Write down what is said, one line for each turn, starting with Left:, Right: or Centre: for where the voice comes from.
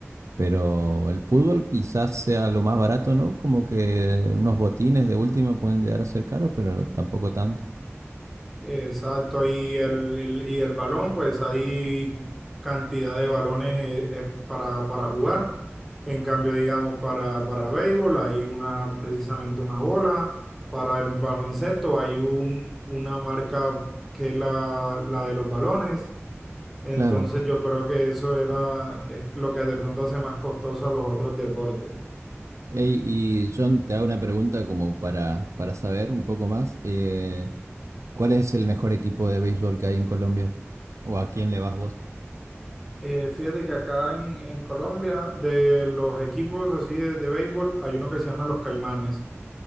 Right: pero el fútbol quizás sea lo más barato, ¿no? Como que unos botines de última pueden llegar a ser caros, pero tampoco tanto.
Centre: Exacto, y el, el- y el balón, pues hay cantidad de balones eh, eh, para, para jugar. En cambio, digamos, para, para béisbol hay una, precisamente una bola. Para el baloncesto hay un, una marca que es la, la de los balones. Entonces
Right: Claro.
Centre: yo creo que eso era, es lo que de pronto hace más costoso a los otros deportes.
Right: Ey, y John, te hago una pregunta como para, para saber un poco más. eh, ¿cuál es el mejor equipo de béisbol que hay en Colombia? ¿O a quién le vas vos?
Centre: Eh, fíjate que acá en, en Colombia, de los equipos así de, de béisbol, hay uno que se llama Los Caimanes